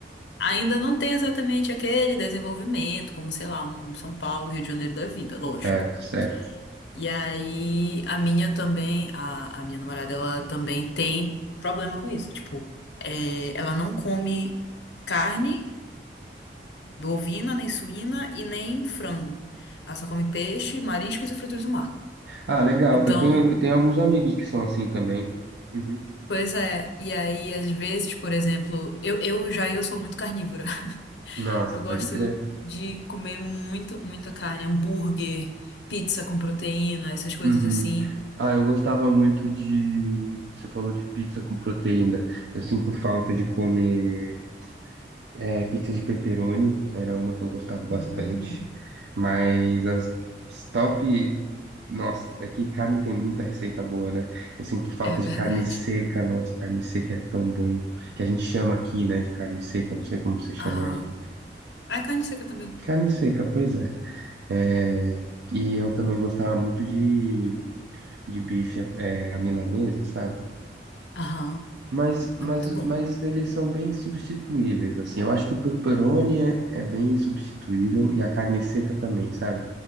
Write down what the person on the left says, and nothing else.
ainda não tem exatamente aquele desenvolvimento, como sei lá, um São Paulo, Rio de Janeiro da vida, lógico.
E aí a minha também, a, a minha namorada, ela também tem problema com isso, tipo, é, ela não come carne bovina, nem suína e nem frango. Ela só come peixe, mariscos e frutos do mar.
Então,
Pois é, e aí às vezes, por exemplo, eu, eu já eu sou muito carnívora. <laughs>
Eu
gosto
de comer muito, muita carne, hambúrguer, pizza com proteína, essas coisas
assim.
Hum,
é verdade.
Aham.
A carne seca também.
Aham,
é muito bom.